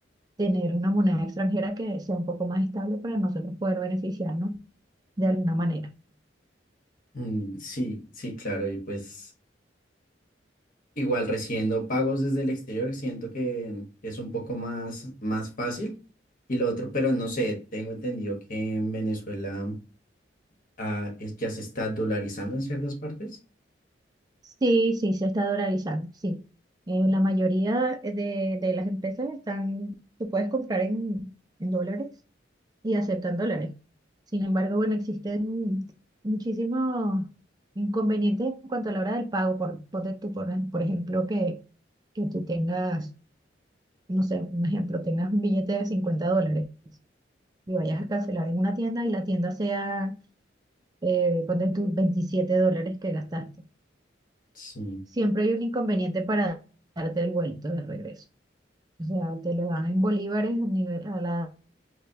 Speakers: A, on the right; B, on the left.
A: tener una moneda extranjera que sea un poco más estable para nosotros poder beneficiarnos de alguna manera.
B: Mm, sí, sí, claro. Y pues igual recibiendo pagos desde el exterior siento que es un poco más, más fácil. Y lo otro, pero no sé, tengo entendido que en Venezuela ah, es- ya se está dolarizando en ciertas partes.
A: Sí, sí, se está dolarizando, sí. Eh, la mayoría eh, de, de las empresas están, tú puedes comprar en, en dólares y aceptan dólares. Sin embargo, bueno, existen muchísimos inconvenientes en cuanto a la hora del pago. Por, ponte tú, por, por ejemplo, que, que tú tengas, no sé, un ejemplo, tengas un billete de 50 dólares y vayas a cancelar en una tienda y la tienda sea, eh, ponte tú, 27 dólares que gastaste
B: Sí,
A: siempre hay un inconveniente para darte el vuelto de regreso. O sea, te lo dan en bolívares a nivel- a la